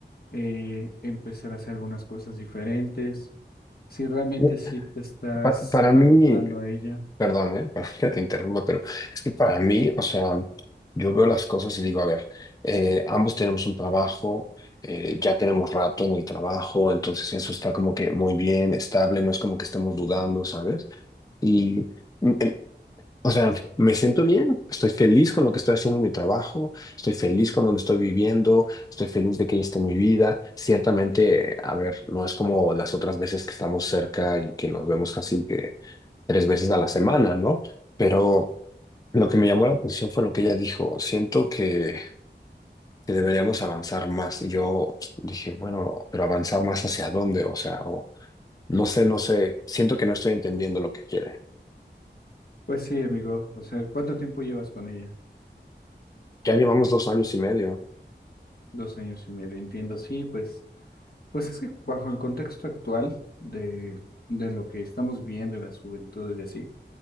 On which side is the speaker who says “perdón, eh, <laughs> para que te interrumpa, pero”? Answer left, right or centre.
Left